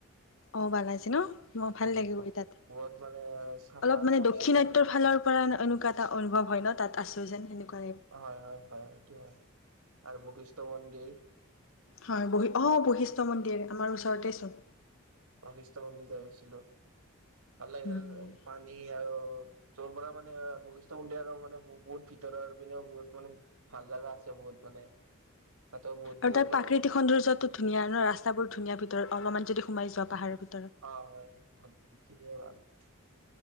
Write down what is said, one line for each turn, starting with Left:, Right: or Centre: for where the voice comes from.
Left: অ বালাজী ন। ম ভাল
Right: উম
Left: লাগিবৈ
Right: বহুত
Left: তাত
Right: বহুত মানে চাফা
Left: অলপ মানে
Right: চাফ
Left: দক্ষিণাট্ৰ
Right: চিকুণ
Left: ফালৰ পৰা এনেকুৱা এটা অনুভৱ হয় ন তাত আছো যেন সেনেকুৱা
Right: হয় হয় হয় সেইটো হয় আৰু বখিষ্ট মন্দিৰ ।
Left: হয় অ বৈশিষ্টয় মন্দিৰ আমাৰ ওচৰতে চোন।
Right: বশিষ্ট মন্দিৰ যোৱা নাছিলো ভাল এই
Left: উম।
Right: পানী আৰু চ'ৰ পৰা মানে বশিষ্ঠ মন্দিৰ আৰু মানে বহুত ভিতৰৰ পিনেও বহুত মানে ভাল জাগা আছে বহুত মানে তাতো বহুত
Left: আৰু
Right: বহুত
Left: তাৰ প্ৰাকৃতিক
Right: বাৰেই যাই পাইছো
Left: সৌন্দৰ্যতো ধুনীয়া ন ৰাস্তা বোৰ ধুনীয়া ভিতৰত অলপমান যদি সোমাই যোৱা পাহাৰ ।
Right: অ হয় দ ভাল ।